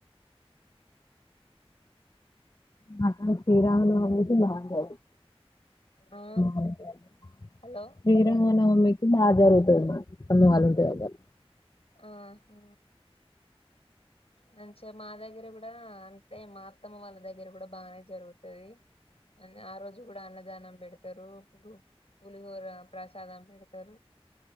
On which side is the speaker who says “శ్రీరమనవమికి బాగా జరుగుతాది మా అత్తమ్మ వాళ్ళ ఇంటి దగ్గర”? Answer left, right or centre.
Left